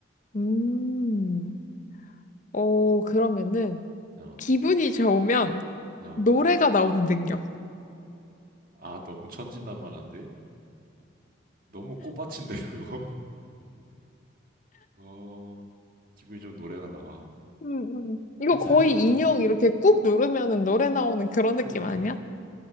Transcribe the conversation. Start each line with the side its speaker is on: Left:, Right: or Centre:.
Left: 음. 어 그러면은
Right: 어,
Left: 기분이 좋으면
Right: 어.
Left: 노래가 나오는 능력.
Right: 아, 너무 천진난만한데? 너무 꽃밭인데, 그거? <laughs> 어, 기분이 좀 노래가 나와.
Left: 음, 음. 이거
Right: 회사에서,
Left: 거의 인형 이렇게 꾹 누르면은 노래 나오는 그런
Right: 그니까.
Left: 느낌 아니야?